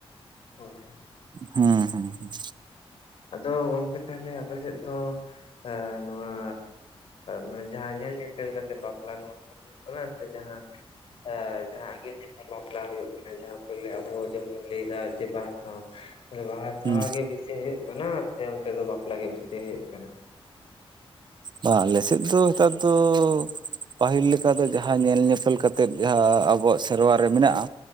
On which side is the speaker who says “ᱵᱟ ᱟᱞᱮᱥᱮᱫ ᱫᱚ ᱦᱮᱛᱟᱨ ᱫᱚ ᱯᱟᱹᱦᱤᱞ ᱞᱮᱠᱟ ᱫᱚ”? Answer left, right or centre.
Right